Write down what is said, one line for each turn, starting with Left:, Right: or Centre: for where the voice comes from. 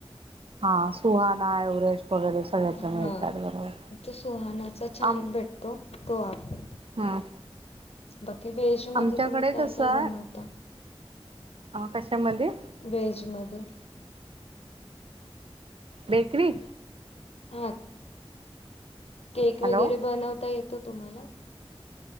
Right: हा सुहाना एव्हरेस्ट वगैरे सगळ्याच्या
Left: हा
Right: मिळतात बरोबर
Left: तो सुहानाचा छान
Right: आम
Left: भेटतो तो वापरते.
Right: हम्म
Left: बाकी वेज.
Right: आमच्याकडे
Left: तुम्ही काय
Right: कसं
Left: काय बनवता
Right: आहे कशामध्ये
Left: वेज मध्ये.
Right: बेकरी.
Left: आठ. केक
Right: हॅलो
Left: वगैरे बनवता येतो तुम्हाला?